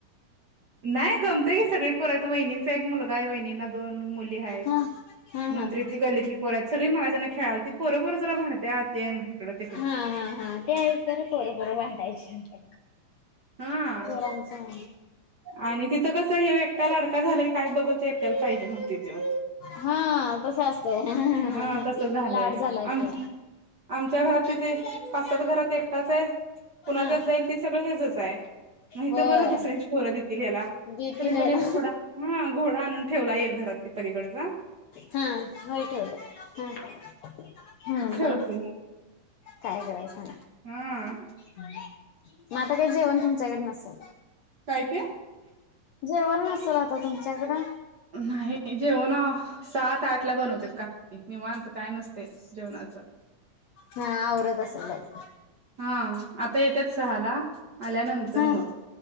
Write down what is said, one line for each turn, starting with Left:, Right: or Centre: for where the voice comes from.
Right: नाही गमतय की, सगळी पोर वहिनींचा एक मुलगा हाय वहिणींना दोन मुली आहेत
Left: हा हा
Right: नंतर
Left: हा.
Right: ती गल्लीतली पोर हायत, सगळी मगाजरनं खेळालतीतं पोर पोर मला जरा भांडत्यात. तेन हिकडं तिकडं
Left: हा हा हा, ते आहेचं तर पोर पोर भांडायचीत.
Right: हा
Left: पोरांचं
Right: आणि तिथं कसं ह्यो एकटा लाडका झालाय, काय बघल ते एकट्याला पाहिजे म्हणतोय त्यो.
Left: हा, तसं असतंय <unintelligible>
Right: हा तसं झालंय
Left: लाड झाला
Right: आम
Left: की.
Right: आमच्या घरात तिथे पाच सात घरात एकटाच आहे, कुणाच्यात
Left: हा
Right: जाईल ते सगळं हेजच आहे. म इथं
Left: होय
Right: बरं दुसऱ्यांची पोर देतील याला.
Left: गीती
Right: तरी
Left: घ्यायला.
Right: पण एक घोडा हा घोडा आणून ठेवलाय, एक घरात ते पलीकडचा.
Left: हा होय ठेवलाय, हा हा
Right: खेळतोय
Left: हा.
Right: मग
Left: काय करायचं
Right: हा
Left: मग, आता काही जेवण तुमच्या‌ कडं नसल?
Right: काय ते
Left: जेवण नसलं आता तुमच्या कडं?
Right: नाही जेवण सात आठ ला बनवते, का निवांत काय नसतयं जेवणाचं.
Left: हा आवरतं असलं लवकर.
Right: हा आता येत्यात सहाला आल्यानंतर
Left: हा
Right: मग.